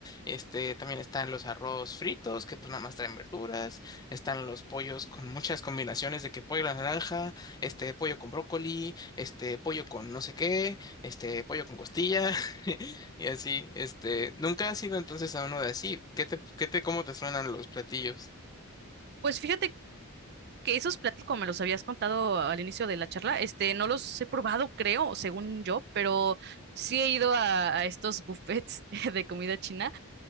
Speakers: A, on the left (about 20°); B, on the right (about 50°).
A: Este, también están los arroz fritos, que pues nada más traen verduras, están los pollos con muchas combinaciones de que pollo a la naranja, este pollo con brócoli, este pollo con no sé qué este, pollo con costilla <laughs> y así, este, nunca has ido entonces a uno de así. ¿Qué te, qué te, cómo te suenan los platillos?
B: Pues fíjate que esos platillos, como me los habías contado al inicio de la charla, este, no los he probado, creo, según yo, pero sí he ido a, a estos buffets <laughs> de comida china